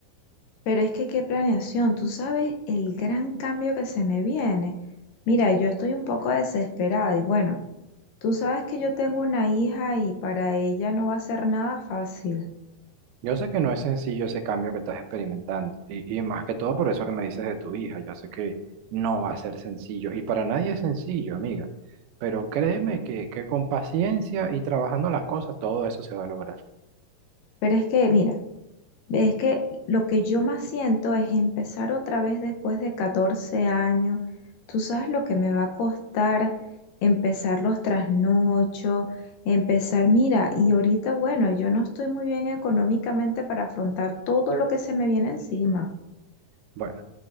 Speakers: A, on the left; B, on the right.
A: Pero es que qué planeación, tú sabes el gran cambio que se me viene. Mira, yo estoy un poco desesperada y bueno, tú sabes que yo tengo una hija y para ella no va a ser nada fácil.
B: Yo sé que no es sencillo ese cambio que estás experimentando y, y más que todo por eso que me dices de tu hija, yo sé que no va a ser sencillo y para nadie es sencillo, amiga, pero créeme que, que con paciencia y trabajando las cosas todo eso se va a lograr.
A: Pero es que, mira, Es que lo que yo más siento es empezar otra vez después de 14 años. Tú sabes lo que me va a costar empezar los trasnochos, empezar, mira, y ahorita, bueno, yo no estoy muy bien económicamente para afrontar todo lo que se me viene encima.
B: Bueno.